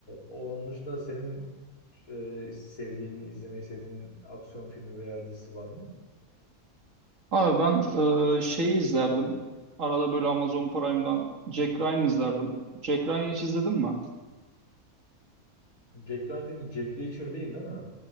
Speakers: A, on the left (about 70°); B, on the right (about 60°).
A: onun dışında senin e, sevdiğin, izlemeyi sevdiğin aksiyon filmi veya dizisi var mı?
B: Abi ben e, şeyi izlerdim. Arada böyle Amazon Prime'dan Jack Ryan izlerdim. Jack Ryan'ı hiç izledin mi?
A: Jack Ryan dedin, Jack Reacher değil değil mi?